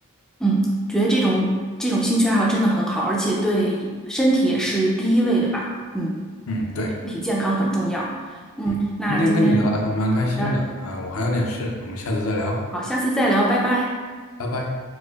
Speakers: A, in the centre; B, on the left (about 70°).
A: 嗯，觉得这种这种兴趣爱好真的很好，而且对身体也是第一位的吧。嗯。
B: 嗯，对，
A: 身体健康很重要。嗯，
B: 嗯，
A: 那今天好的，
B: 今天跟你聊的还蛮开心的，啊、我还有点事，我们下次再聊，
A: 好，下次再聊，拜拜。
B: 拜拜。